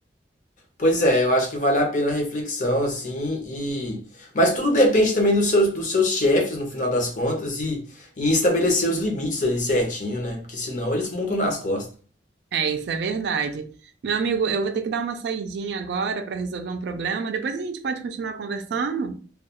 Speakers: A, on the left (about 45°); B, on the right (about 70°).
A: Pois é, eu acho que vale a pena a reflexão, assim, e. Mas tudo depende também dos seus, dos seus chefes, no final das contas, e, e estabelecer os limites ali certinho, né? Porque senão eles montam nas costas.
B: É, isso é verdade. Meu amigo, eu vou ter que dar uma saidinha agora para resolver um problema. Depois a gente pode continuar conversando?